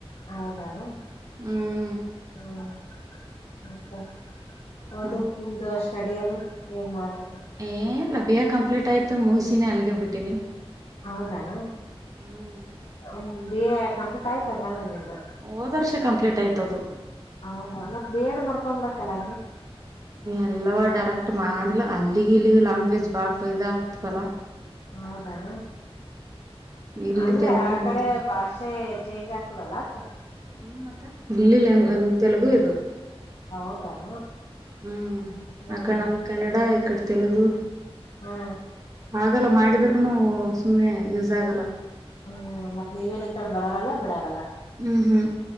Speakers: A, on the left (about 70°); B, on the right (about 35°).
A: ಹೌದಾನು
B: ಹ್ಮ್.
A: ಹ್ಮ ಮತ್ತ ಹೌದು
B: ಮತ್ತೆ
A: ನಿಮ್ದು ಸ್ಟಡಿ ದು ಏನ್ ಮಾಡಾಕ
B: ಏನಿಲ ಬೇಗ ಕಂಪ್ಲೀಟ್ ಆಯತ ತ್ತ ಮುಗಿಸಿನೇ ಅಲ್ಗೆ ಬಿಟ್ಟಿನಿ
A: ಹೌದ ನ
B: ಹ್ಮ್
A: ಹ್ಮ ಬೇಗ ಕಂಪ್ಲೀಟ್ ಆಯ್ತ ಹಂಗಂದ್ರ ನಿಂದ
B: ಹೋದ್ ವರ್ಷ ಕಂಪ್ಲೀಟ್ ಆಯ್ತು ಅದು
A: ಹೌದಾ ಮತ್ತ ಬಿ ಎಡ್ ಮಾಡ್ಕ ಕೊಂಬೆಕಲ್ಲ ಹಂಗೆ
B: ಎಲ್ಲವ ಡೈರೆಕ್ಟ್ ಮಾಡಿಲ್ಲ ಅಲ್ಲಿಗ ಇಲ್ಲಿಗ ಲ್ಯಾಂಗ್ವೇಜ್ ಬಾಳ್ <unintelligible> ಆಗ್ತದಲ್ಲ.
A: ಹೌದನ
B: ಇಲ್ಲಿ
A: ಅಂದ್ರೆ
B: ತೆಲುಗು
A: ಆ
B: ನಡೀತು
A: ಕಡೆ ಭಾಷೆ ಚೇಂಜ್ ಆಗ್ತದಲ್ಲ ಅತ್ತ
B: ಹ್ಮ್ ಮತ್ತೆ ಇಲ್ಲಿ ಲ್ಯಾಂಗ್ ತೆಲುಗು ಇದು
A: ಹೌದಾನ
B: ಹ್ಮ್
A: ಹ್ಮ್
B: ಆಕ ನಮ್ ಕನ್ನಡ ಅಕ್ಕಡೆ ತೆಲುಗು
A: ಹ್ಮ್
B: ಆಗಲ್ಲ ಮಾಡಿದ್ರನು ಸುಮ್ಮನೆ ಯೂಸ್ ಆಗಲ್ಲ.
A: ಹ್ಮ್ ಮತ್ ನೀವೇನ್ ಈ ಕಡೆ ಬರೋರಲ್ಲ ಬಿಡಾರಲ್ಲ
B: ಹೂ ಹೂ